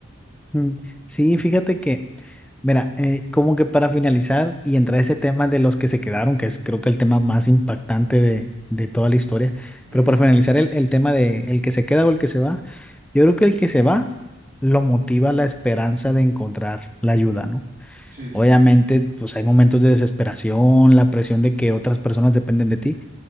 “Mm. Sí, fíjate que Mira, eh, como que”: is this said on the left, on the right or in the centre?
Centre